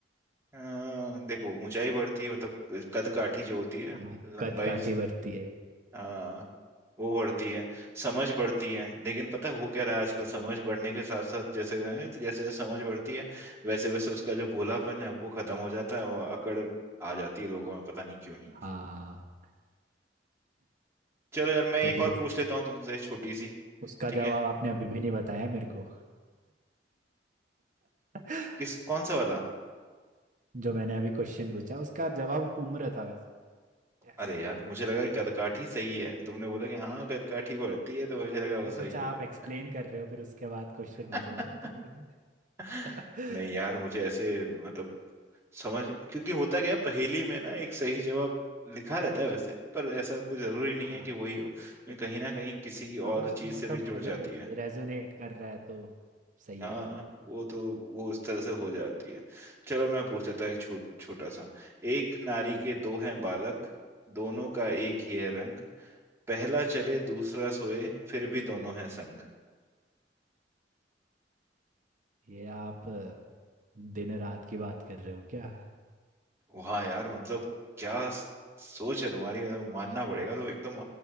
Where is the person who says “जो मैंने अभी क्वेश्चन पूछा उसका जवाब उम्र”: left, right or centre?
Right